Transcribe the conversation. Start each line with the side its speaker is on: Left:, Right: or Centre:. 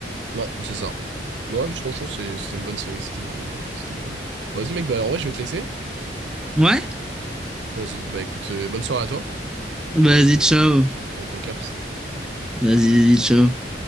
Right: Ouais, c'est ça. Mais Ouais, franchement, c'est- c'était une bonne série, c'était c'était cool. Bon, vas-y, mec, bah en vrai, je vais te laisser.
Centre: Ouais?
Right: Vas-y, bah écoute, euh, bonne soirée à toi. Et
Centre: Vas-y, ciao.
Right: on te recaps.
Centre: Vas-y, vas-y, ciao.